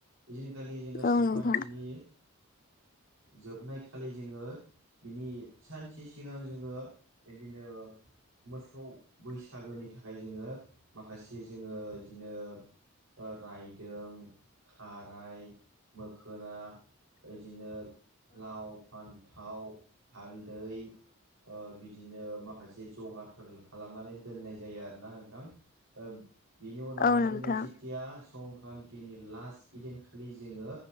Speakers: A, on the right; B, on the left.
A: बिदिनखालि जोङो संक्रान्तिनि
B: औ नोंथां औ
A: जोबनाय खालि जोङो बिनि सानसे सिगां जोङो बिदिनो मोसौ बैसागोनि थाखाय जोङो माखासे जोङो बिदिनो राइदों खाराय मोखोना बिदिनो लाव फान्थाव हालदै ओ बि बिदिनो माखासे जगारफोर खालामनानै दोननाय जायो आरोना नोंथां ओ बिनि
B: औ
A: उनावहाय
B: नोंथां
A: जोङो जिथिया संक्रान्तिनि लास्ट इदिनखालि जोङो